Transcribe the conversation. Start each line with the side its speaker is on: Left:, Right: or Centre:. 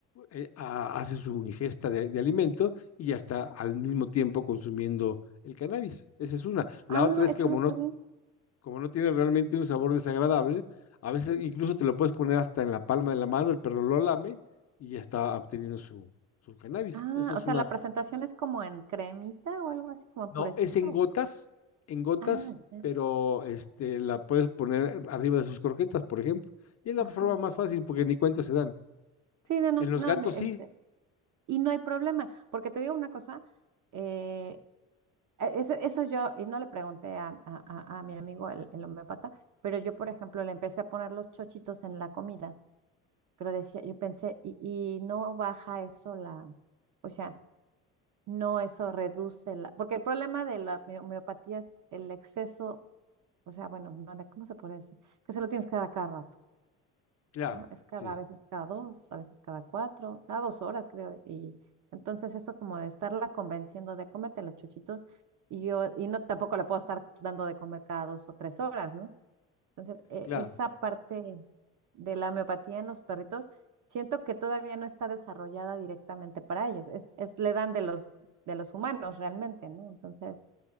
Left: Eh, ha- hace su ingesta de, de alimento y ya está al mismo tiempo consumiendo el cannabis. Esa es una. La
Right: Ah,
Left: otra es
Right: es
Left: que
Right: que
Left: como
Right: eso está
Left: no,
Right: bien.
Left: como no tiene realmente un sabor desagradable, a veces incluso te lo puedes poner hasta en la palma de la mano, el perro lo lame y ya está obteniendo su, su cannabis.
Right: Ah,
Left: Esa es
Right: o sea,
Left: una
Right: la presentación es como en cremita o algo así, como en
Left: No,
Right: purecito.
Left: es en gotas,
Right: o como-
Left: en gotas,
Right: Ah, ya.
Left: pero este, la puedes poner arriba de sus croquetas, por ejemplo. Y es la
Right: Ajá.
Left: forma
Right: Sí,
Left: más fácil porque ni cuenta se dan.
Right: Sí, no, no,
Left: En los
Right: no.
Left: gatos
Right: de-
Left: sí,
Right: este, y no hay problema, porque te digo una cosa, eh, e- ese- eso yo, y no le pregunté a, a- a- a mi amigo el, el homeópata, pero yo, por ejemplo, le empecé a poner los chochitos en la comida, pero decía, yo pensé, y, y no baja eso la, o sea, No, eso reduce la, porque el problema de la home- homeopatía es el exceso, o sea, bueno, no, no, ¿cómo se puede decir? Que se lo tienes que dar a cada rato,
Left: claro,
Right: ¿no? Es cada,
Left: sí,
Right: a veces cada dos, a veces cada cuatro, cada dos horas, creo. Y entonces eso como de estarla convenciendo de cómete los chuchitos y yo, y no tampoco le puedo estar dando de comer cada dos o tres horas, ¿no? Entonces, e-
Left: claro.
Right: esa parte de la homeopatía en los perritos, siento que todavía no está desarrollada directamente para ellos. Es, es, le dan de los, de los humanos realmente, ¿no? Entonces,